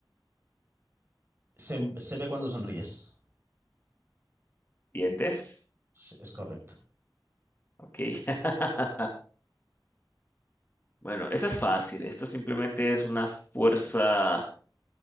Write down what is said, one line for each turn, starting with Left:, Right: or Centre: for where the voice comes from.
Right: se, se ve cuando sonríes.
Left: ¿Dientes?
Right: Sí, es correcto.
Left: Ok. <laughs> Bueno, esa es fácil. Esto simplemente es una fuerza,